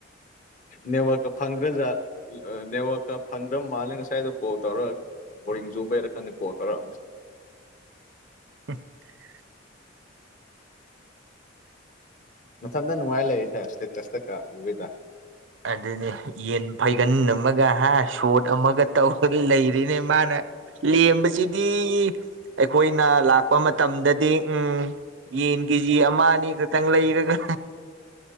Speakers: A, on the left; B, on the right.
A: ꯅꯦꯠꯋꯥꯛꯀ ꯐꯪꯗ꯭ꯔꯖꯥꯠ ꯅꯦꯋꯥꯛꯀ ꯐꯪꯗ꯭ꯔ ꯃꯥꯜꯂꯦ ꯉꯁꯥꯏꯗꯣ ꯀꯣꯜ ꯇꯧꯔꯥ ꯕꯣꯔꯤꯡ ꯆꯨꯕꯩꯔꯥ ꯈꯪꯗꯦ ꯀꯣꯜ ꯇꯧꯔꯥ
B: <unintelligible>
A: ꯃꯊꯟꯇꯥ ꯅꯨꯡꯉꯥꯏꯌꯥ ꯂꯩꯗꯥ ꯏꯁꯇꯦꯇꯁ ꯇꯀꯥ ꯎꯋꯦꯗ
B: ꯑꯗꯨꯅꯤ ꯌꯦꯟ ꯐꯩꯒꯟ ꯑꯃꯒ ꯍꯥ ꯁꯣꯠ ꯑꯃꯒ ꯇꯧꯔ ꯂꯩꯔꯤꯅꯦ ꯃꯥꯅ ꯂꯦꯝꯕꯁꯤꯗꯤ ꯑꯩꯈꯣꯏꯅ ꯂꯥꯛꯄ ꯃꯇꯝꯗꯗꯤ ꯎꯝ ꯌꯦꯟ ꯀꯦꯖꯤ ꯑꯃ ꯑꯅꯤ ꯈꯛꯇꯪ ꯂꯩꯔꯒ